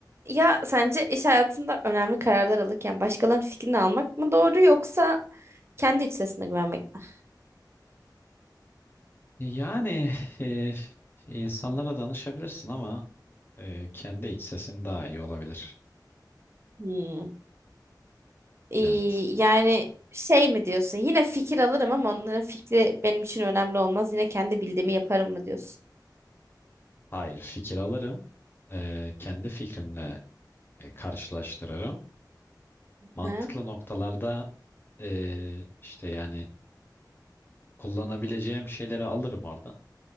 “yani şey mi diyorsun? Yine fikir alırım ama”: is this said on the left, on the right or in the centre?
Right